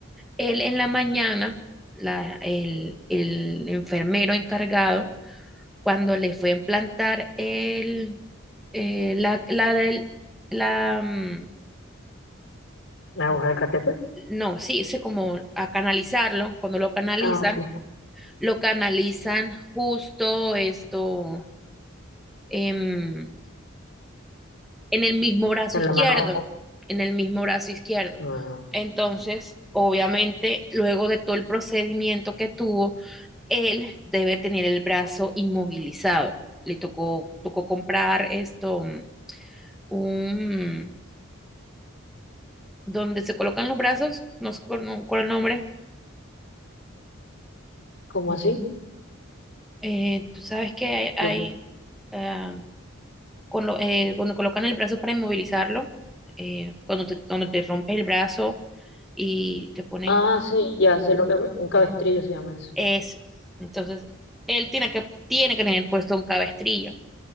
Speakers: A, in the centre; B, on the left.
A: él en la mañana, la- el, el enfermero encargado, cuando le fue a implantar el, eh, la, la, el- la, mm,
B: ¿La aguja del catéter?
A: no, sí, sé como a canalizarlo, cuando lo canalizan,
B: Ah, ok.
A: lo canalizan justo esto, em, en el mismo brazo
B: En
A: izquierdo,
B: la mano.
A: en el mismo brazo izquierdo.
B: Ah,
A: Entonces, obviamente, luego de todo el procedimiento que tuvo, él debe tener el brazo inmovilizado. Le tocó, tocó comprar esto, un, donde se colocan los brazos, no sé cuál no, cuál es el nombre.
B: ¿Cómo así?
A: Eh, tú sabes que hay,
B: ¿Dó-
A: hay uh, con lo, eh, cuando colocan el brazo para inmovilizarlo, eh, cuando, te, cuando te rompes el brazo y te ponen
B: Ah, sí, ya sé lo que me- un cabestrillo se llama eso.
A: Eso. Entonces, él tiene que, tiene que tener puesto un cabestrillo.